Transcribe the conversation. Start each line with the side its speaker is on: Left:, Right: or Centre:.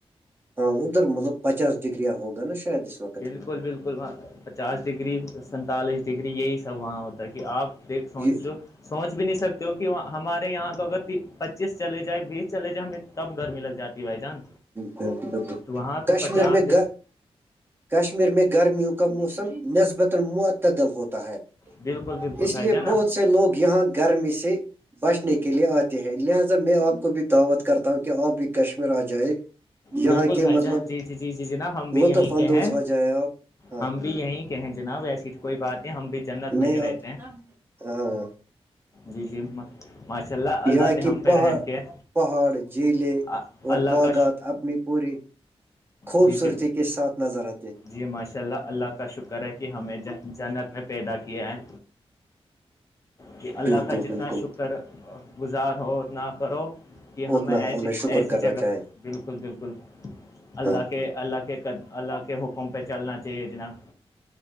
Right: ہاں ادھر مطلب پچاس ڈگریاں ہوگا نا شاید اس وقت
Left: بالکل بالکل وہاں پچاس ڈگری سینتالیس ڈگری یہی سب وہاں ہوتا ہے کہ آپ دیکھ سمنچ
Right: یہ
Left: جو سوچ بھی نہیں سکتے ہو کہ ہمارے یہاں تو اگر پچیس چلے جائے بیس چلے جائے ہمیں تب گرمی لگ جاتی بھائی جان
Right: بالکل بالکل
Left: تو وہاں تو
Right: کشمیر
Left: پچاس
Right: میں گ کشمیر میں گرمیوں کا موسم نسبتا معتدل ہوتا ہے
Left: بالکل بالکل
Right: اس
Left: بھائی
Right: لیے
Left: جان نا
Right: بہت سے لوگ یہاں گرمی سے بچنے کے لیے آتے ہیں لہذا میں آپ کو بھی دعوت کرتا ہوں کہ آپ بھی کشمیر آ جائے یہاں
Left: بالکل
Right: کے
Left: بھائی
Right: مطلب
Left: جان جی جی جی جی جناب ہم بھی
Right: لطف
Left: یہیں
Right: اندوز
Left: کہ ہیں
Right: ہو جائے آپ ہاں
Left: ہم بھی یہیں کہ ہیں جناب ایسے کوئی بات نہیں ہم بھی جنت میں
Right: نہیں
Left: ہی رہتے
Right: آپ
Left: ہیں
Right: ہاں
Left: جی جی ماشاء اللہ
Right: یہاں
Left: اللہ نے
Right: کی
Left: ہم فہ
Right: پہاڑ
Left: رحم کیا
Right: پہاڑ جھیلیں
Left: ہے،
Right: اور
Left: اللہ
Right: باغات
Left: کا
Right: اپنی پوری خوبصورتی
Left: جی جی
Right: کے ساتھ نظر آ
Left: جی ماشاء اللہ اللہ کا شکر ہے کہ ہمیں جنت میں پیدا کیا ہے کہ اللہ
Right: بالکل
Left: کا جتنا
Right: بالکل
Left: شکر گزار ہو اتنا کرو کہ ہمیں
Right: اتنا
Left: ایسی
Right: شکر
Left: ایسی
Right: کرنا
Left: جگہ
Right: چاہے
Left: بالکل بالکل اللہ
Right: ہاں
Left: کے اللہ کے اللہ کے حکم پہ چلنا چاہیے جناب